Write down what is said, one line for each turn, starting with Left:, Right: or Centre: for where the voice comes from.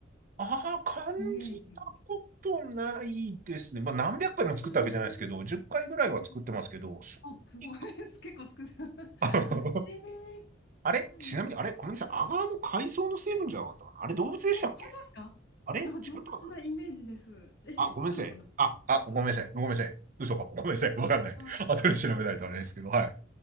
Right: ああ、感じたことないですね。
Left: イメージが。
Right: まあ、何百回も作ったわけじゃないですけど、
Left: うんうん
Right: 10回ぐらいは作ってますけど、
Left: うんうん
Right: そんなにか
Left: あ、すごい。<laughs> 結構作ってた。
Right: <laughs>
Left: えーそうなんだ。
Right: あれちなみに、あれごめんなさい。アガーも海藻の成分じゃなかったかなあれ動物でしたっけ
Left: え、本当ですかなんか動物なイメージです。
Right: あれ違ったかな
Left: え、違うのかな
Right: あ、ごめんなさい。あ、あ、ごめんなさい。
Left: なんか、
Right: ごめんなさい。嘘かも。ごめんなさい。わかんない。
Left: あガーそうは。
Right: <laughs> 後で調べないとあれですけど、はい。